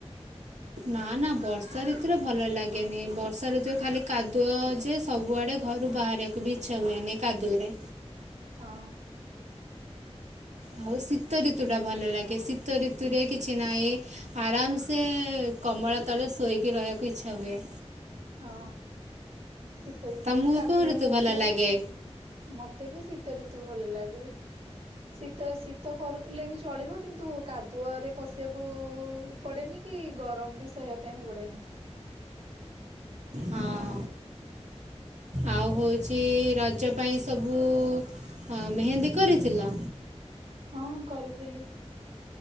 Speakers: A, on the right (about 90°); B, on the right (about 65°).
A: ନା ନା ବର୍ଷା ଋତୁରେ ଭଲ ଲାଗେନି ବର୍ଷା ଋତୁରେ ଖାଲି କାଦୁଅ ଯେ ସବୁଆଡ଼େ। ଘରୁ ବାହାରିବାକୁ ବି ଇଚ୍ଛା ହୁଏନି ଏ କାଦୁଅରେ।
B: ହଁ।
A: ଆଉ ଶୀତ ଋତୁ ଟା ଭଲ ଲାଗେ ଶୀତ ଋତୁରେ କିଛି ନାହିଁ। ଆରାମ୍ ସେ କମଳ ତଳେ ଶୋଇକି ରହିବାକୁ ଇଚ୍ଛା ହୁଏ।
B: ହଁ ଶୀତ ଋତୁରେ
A: ତମକୁ
B: ବି କାଦୁଅ
A: କେଉଁ ଋତୁ
B: ନଥାଏ।
A: ଭଲ ଲାଗେ
B: ମତେ ବି ଶୀତ ଋତୁ ଭଲ ଲାଗେ ଶୀତ ଶୀତ କରୁଥିଲେ ବି ଚଳିବ। କିନ୍ତୁ କାଦୁଅରେ ପଶିବାକୁ ପଡ଼େନି କି ଗରମ ବି ସହିବା ପାଇଁ ପଡ଼େନି।
A: ହଁ ଆଉ ହଉଛି ରଜ ପାଇଁ ସବୁ ହଁ ମେହେନ୍ଦୀ କରିଥିଲ?
B: ହଁ କରିଥିଲି।